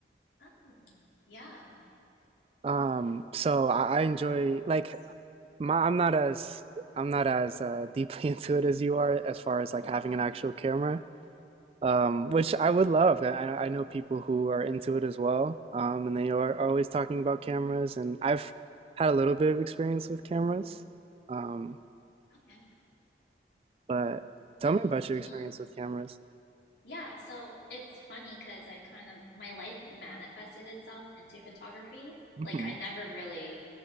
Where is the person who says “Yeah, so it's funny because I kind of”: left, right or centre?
Left